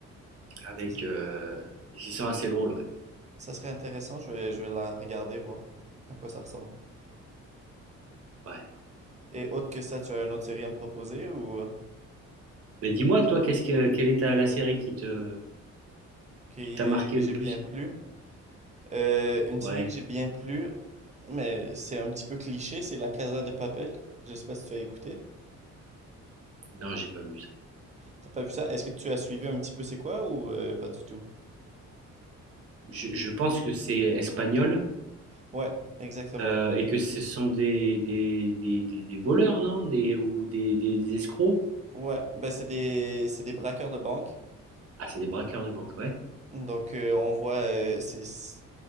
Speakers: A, on the right; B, on the right.
A: Avec.
B: Ça
A: Euh... Ils sont assez drôles, ouais.
B: ça serait intéressant. Je vais, je vais la regarder, voir à quoi ça ressemble.
A: ouais.
B: Et autre que ça, tu as une autre série à me proposer ou euh,
A: Mais dis-moi, toi, qu'est-ce que, quelle est ta- la série qui te,
B: qui,
A: qui t'a
B: euh,
A: marqué
B: que j'ai
A: le plus?
B: bien plu? Euh, une série
A: Ouais.
B: que j'ai bien plu, mais c'est un petit peu cliché, c'est La Casa de Papel. Je sais pas si tu as écouté.
A: Non, j'ai pas vu ça.
B: T'as pas vu ça? Est-ce que tu as suivi un petit peu c'est quoi ou euh, pas du tout?
A: Je, je pense que c'est espagnol
B: Ouais, exactement.
A: euh, et que ce sont des, des, des, des, des voleurs, non? Des, ou des, des, des escrocs?
B: Ouais, ben c'est des c'est des braqueurs de banque.
A: Ah, c'est des braqueurs de banque, ouais.
B: Donc euh, on voit euh, c'est c'est